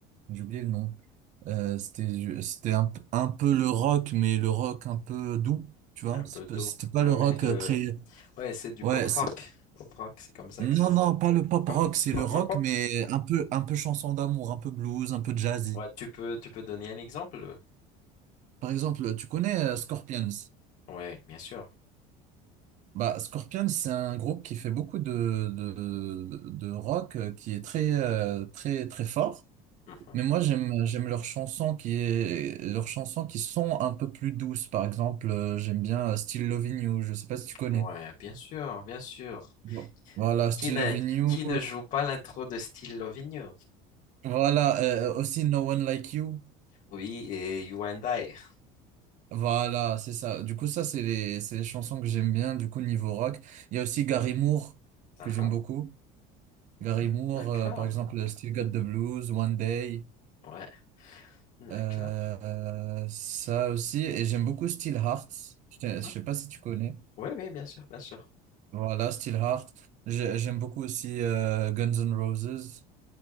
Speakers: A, on the right (about 45°); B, on the left (about 50°).
A: j'ai oublié le nom. Euh, c'était c'était un, p- un peu le rock, mais le rock un peu doux, tu vois.
B: Un peu
A: C'est
B: d'eau.
A: pas- C'était pas
B: Ouais,
A: le rock
B: ouais, le...
A: euh, très
B: ouais, c'est du
A: Ouais,
B: pop rock. Pop rock, c'est comme ça
A: non,
B: que ça. se...
A: non, pas le pop
B: Parle-
A: rock, c'est
B: Parle-moi
A: le rock,
B: pas.
A: mais un peu, un peu chanson d'amour, un peu blues, un peu jazzy.
B: Ouais, tu peux, tu peux donner un exemple?
A: Par exemple, tu connais euh, Scorpions?
B: Ouais, bien sûr.
A: Bah, Scorpions, c'est un groupe qui fait beaucoup de, de, de rock, euh, qui est très, euh, très, très fort.
B: Mhm.
A: Mais moi, j'aime, j'aime leurs chansons qui est, leurs chansons qui sont un peu plus douces. Par exemple, euh, j'aime bien euh, Still Loving You. Je sais pas si tu connais.
B: Ouais, bien sûr, bien sûr.
A: Bon. Voilà, Still
B: Qui ne,
A: Loving You.
B: qui ne joue pas l'intro de Style Loving
A: Voilà, euh, aussi No One Like You.
B: Oui, et You and I.
A: Voilà, c'est ça. Du coup, ça, c'est les, c'est les chansons que j'aime bien, du coup, niveau rock. Il y a aussi Gary Moore,
B: Ah
A: que j'aime
B: ah,
A: beaucoup.
B: mhm.
A: Gary Moore,
B: D'accord.
A: euh, par exemple, Still Got the Blues, One Day,
B: Ouais, d'accord.
A: euh, euh, ça aussi. Et j'aime beaucoup Steelheart. Je sais
B: Mhm.
A: je sais pas si tu connais.
B: Oui, oui, bien sûr, bien sûr.
A: Voilà, Steelheart. J'ai- J'aime beaucoup aussi euh, Guns N' Roses.